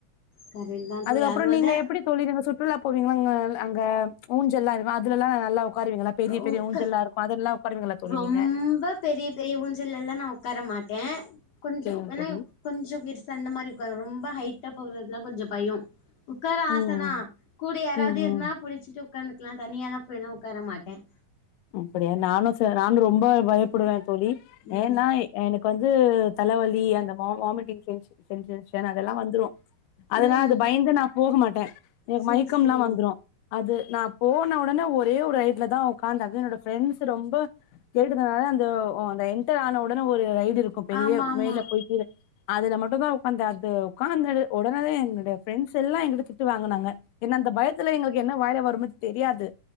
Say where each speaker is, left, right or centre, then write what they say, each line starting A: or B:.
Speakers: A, on the left; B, on the left.
A: கரெக்ட் தா
B: அதுக்கப்றோ
A: தோழி அது வந்து
B: நீங்க எப்டி தோழி நீங்க சுட் டூர்லா போவீங்கல்ல அங்க அங்க ஊஞ்சல்லாம் இருக்கும் அதுலல்லா நல்லா உக்காருவீங்களா பெரிய பெரிய
A: உக்கா
B: ஊஞ்சல்லா இருக்கு அதெல்லா உக்காருவீங்களா தோழி
A: ரொம்ப
B: நீங்க
A: பெரிய பெரிய ஊஞ்சல்லலா நா உக்கார மாட்டேன் கொஞ்சோ
B: சேரிங்
A: ஏன்னா
B: தோழி
A: கொஞ்சோ பெருசு அந்த மாரி உக்காருவே ரொம்ப ஹைட் எட்ட போகறதுலா கொஞ்சோ பயோ உக்கார ஆச
B: ம்
A: தா கூட யாராவது
B: ம்
A: இருனா
B: ம்
A: புடிச்சிட்டு உக்காந்துக்குலா தனியாலா போய்லா உக்கார மாட் டேன்
B: அப்டியா நானு ச நானு ரொம்ப பய புடுவ தோழி
A: ம்
B: ஏன்னா எனக் வந்து தலவலி அந்த வா வாமிட்டிங் சென்சு சென்சஸ் அதெல்லா வந்துரும் அதனா
A: ம்
B: அது பயந்து நா போக மாட் ட எனக்கு
A: செரி
B: மயக்கம்லா
A: செரிங்க
B: வந்துரும் அது நா போன உடனே ஒரே ஒரு இதுல தா உக் உக்காந்தே அதும் என்னோட ஃப்ரெண்ட்ஸ் ரொம்ப கேட்டதுனால அந்த அந்த என்டர் ஆனவுடனே ஒரு ரை இருக்கும் பெரிய
A: ஆமா ஆமா
B: மேல போயிட்டு அதுல மட்டும்தா உக்காந்தே அது உக்காந்தது உடனே என்னுடைய ஃப்ரெண்ட்ஸ் எல்லா எங்கிட்ட திட்டு வாங்குனாங்க என்ன அந்த பயத்துல எங்களுக்கு என்ன வாயில வரு ஒன்னு தெரியாது